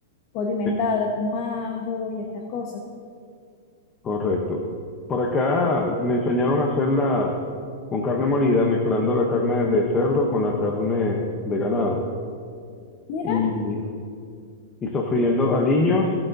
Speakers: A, on the left (about 35°); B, on the left (about 15°).
A: Condimentada
B: Sí,
A: con ajo y estas cosas.
B: correcto. Por acá me enseñaron a hacerla con carne molida, mezclando la carne de cerdo con la carne de ganado.
A: Mira,
B: Y y sofriendo aliños